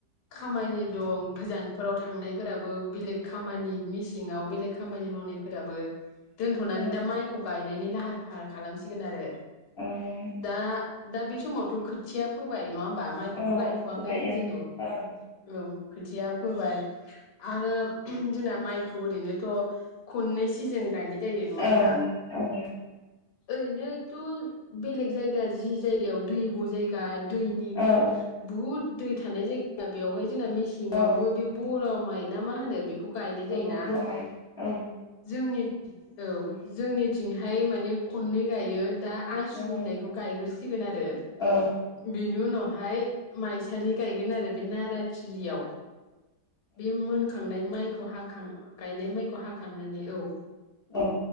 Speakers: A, on the left; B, on the left.
A: खामानि दं गोजानफोराव थांनायफोराबो बेलेग खामानि मिस सिङाव‌ बेलेग खामानि मावनाय फोराबो दोनथ'नानै
B: औ
A: दा माइखौ गायनाय गायनायनि लाहार फाहार खालामसिगोन आरो।
B: औ
A: दा दा बे समावथ' खोथिया फोबाय नङा होमबा बा माइखौथ'
B: औ
A: गायथ'वाखै
B: औ फोबाय औ
A: जेनु
B: औ
A: औ खोथिया फोबाय आरो जोंना माइखौ ओरैनोथ' खननै सिजोन गायनाय जायो नङा होमबा
B: औ औ
A: ओरैनोथ' बेलेग जायगा जि जायगायाव दैब' जायगा दैनि
B: औ
A: बुहुद दै थानाय जायगाया बेवहाय जोंना मेसेंआवबो
B: औ
A: बे बर' माय ना मा होनो बे बेखौ गायनाय जायोना
B: औ बोमाय औ
A: जोंनि औ जोंनिथिंहाय माने खननै गायो दा आसु
B: औ
A: होननायखौ गायग्रोसिगोन आरो
B: औ
A: बेनि उनाव हाय माइसालि गायगोन आरो बे नारानि थिलियाव बे मोनखांनाय माइ हाखां गायनाय माइखौ हाखांनानै औ
B: औ